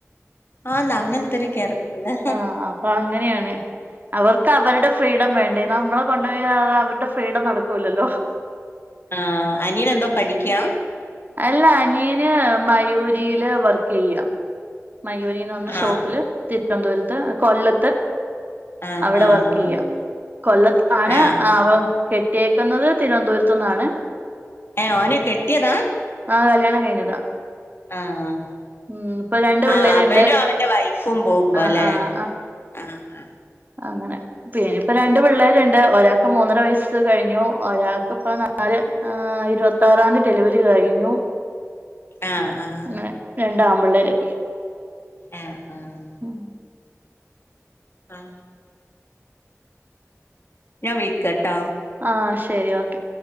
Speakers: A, on the left; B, on the right.
A: ആന്ന് അങ്ങനത്തൊരു ക്യാരക്ടർല്ലേ
B: ആഹ് അപ്പൊ അങ്ങനെയാണ് അവർക്ക് അവരുടെ ഫ്രീഡം വേണ്ടേ. നമ്മളെ കൊണ്ടുപോയാ അത് അവരുടെ ഫ്രീഡം നടക്കൂല്ലല്ലോ
A: ആഹ് അനിയൻ എന്തോ പഠിക്കാ
B: അല്ല അനിയന് മയൂരിയില് വർക്ക് ചെയ്യാ മയൂരിന്ന് ഷോപ്പിൽ
A: ആഹ്
B: തിരുവനന്തപുരത്ത് കൊല്ല
A: ആഹ്
B: അവിടെ
A: ആഹ്
B: വർക്ക്
A: ആഹ്
B: ചെയ്യാ കൊല്ലത്താണ്
A: ആഹ്
B: അവൻ കെട്ടിയേക്കുന്നത് തിരുവന്തപുരത്തുന്നാണ്.
A: ഏഹ് ഓന് കെട്ടിയതാ.
B: ആഹ് കല്യാണം കഴിഞ്ഞതാ
A: ആഹ്
B: ഉം ഇപ്പൊ രണ്ട് പിള്ളേരുണ്ട്
A: ആഹ് അവനും അവന്റെ വൈഫും പോവുമ്പ
B: ആഹ്
A: അല്ലേ
B: ആഹ്
A: ആഹ് ആഹ്
B: അങ്ങനെ <unintelligible> ഇപ്പ രണ്ട് പിള്ളേര്ണ്ട് ഒരാക്ക് മൂന്നര വയസ്സ് കഴിഞ്ഞു ഒരാക്ക്പ്പ നാല് ആഹ് ഇരുവത്തറാന്തി ഡെലിവറി കഴിഞ്ഞു
A: ആഹ് ആഹ്
B: അങ്ങനെ രണ്ട് ആമ്പിള്ളേര്
A: ഏഹ് ആഹ്
B: ഉം
A: <unintelligible> ഞാൻ വിളിക്കാട്ടാ
B: ആഹ് ശെരി ഓക്കെ